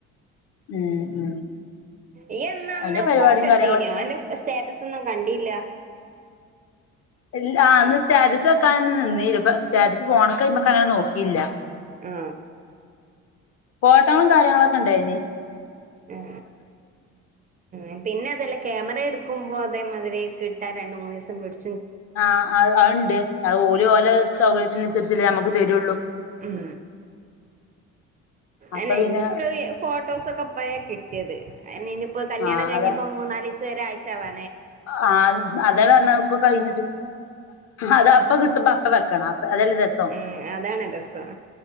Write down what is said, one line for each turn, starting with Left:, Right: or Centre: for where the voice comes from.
Left: ഉം ഉം
Right: ഇയ് എന്നാ അന്ന്
Left: അയിന്റെ പരിപാടിയും
Right: ഫോട്ടോ എടുത്തിനോ
Left: കാര്യങ്ങളൊക്കെ
Right: അന്റെ സ്റ്റാറ്റസ് ഒന്നും കണ്ടില്ലാ
Left: ഇല്ലാ അന്ന് സ്റ്റാറ്റസ് വെക്കാനെന്നുംനിന്നീല്ല ഇപ്പം സ്റ്റാറ്റസ് ഫോണ്ക്ക് അയ്മക്ക അങ്ങനെ നോകീല്യാനോക്കിയില്ല
Right: ആ
Left: ഫോട്ടോകളും കാര്യങ്ങളൊക്കെ ഇണ്ടായിനി
Right: ആ ഉ പിന്നെ അതല്ല ക്യാമറ എടു ക്കുമ്പോ അതേ മതിരി കിട്ടാ രണ്ട് മൂന്ന് ദിവസം പിടിചും
Left: ആ ആ അതുണ്ട് അത് ഓലെ ഓലെ സൗകര്യത്തിന് തീരിച്ചേമുമ്പ് തരുയുള്ളൂ
Right: ഉം
Left: അപ്പൊ
Right: അഹ് എനിക്ക്
Left: പിന്നെ
Right: ഫോട്ടോസൊക്കെ പഴ യത് ഇനിപ്പോ കല്യാണം
Left: ആ
Right: കഴിഞ്ഞപ്പോ
Left: അതാ
Right: മൂന്നാല് ഒരാഴ്ച് ആവ്
Left: ആ അതെ പറന്നക്കെ കഴിഞ്ഞിട്ട് അത് അപ്പ കിട്ട് ബപ്പ വെക്ക അതെരു രസം
Right: ഉം അതാണ് രസം